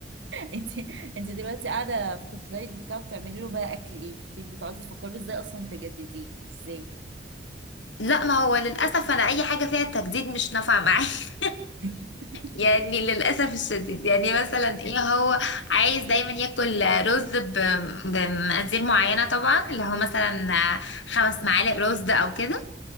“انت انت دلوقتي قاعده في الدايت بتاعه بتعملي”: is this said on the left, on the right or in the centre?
Right